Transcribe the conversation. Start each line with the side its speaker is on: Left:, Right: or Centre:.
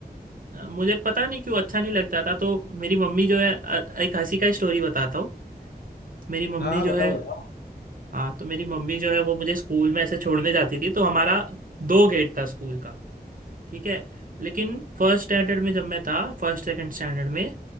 Right: अ, मुझे पता नहीं क्यों अच्छा नहीं लगता था तो मेरी मम्मी जो है अ, एक हंसी का स्टोरी बताता हूँ मेरी मम्मी
Left: हाँ हाँ
Right: जो
Left: बताओ
Right: है
Left: बताओ
Right: हाँ तो मेरी मम्मी जो है वो मुझे स्कूल में ऐसे छोड़ने जाती थी तो हमारा दो गेट था स्कूल का ठीक है लेकिन फर्स्ट स्टैंडर्ड में जब मैं था फर्स्ट सेकंड स्टैंडर्ड में